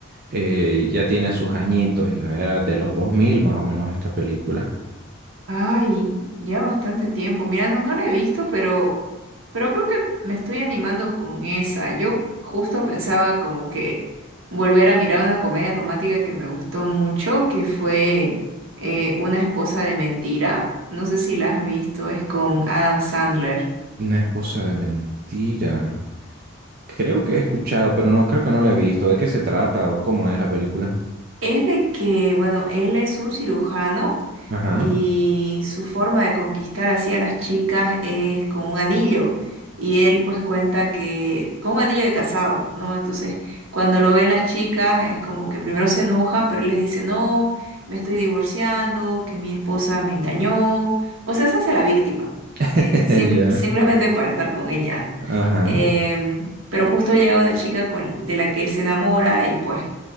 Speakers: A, on the right; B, on the right.
A: eh, ya tiene sus añitos, ya era de los 2000 más o menos esta película.
B: Ay, ya bastante tiempo. Mira, no, no la he visto, pero, pero creo que me estoy animando con esa. Yo justo pensaba como que volver a mirar una comedia romántica que me gustó mucho, que fue eh, Una esposa de mentira. No sé si la has visto, es con Adam Sandler.
A: Una esposa de mentira. Creo que he escuchado, pero no creo que no la he visto. ¿De qué se trata o cómo es la película?
B: Es de que, bueno, él es un cirujano
A: Ajá.
B: y su forma de conquistar así a las chicas es con un anillo. Y él pues cuenta que con un anillo de casado, ¿no? Entonces, cuando lo ven las chicas, es como que primero se enojan, pero él les dice, no, me estoy divorciando, que mi esposa me engañó. O sea, se hace la víctima,
A: <laughs>
B: eh, sim-
A: Ya.
B: simplemente para estar con ella.
A: Ajá.
B: Em, pero justo llega una chica con, de la que él se enamora y pues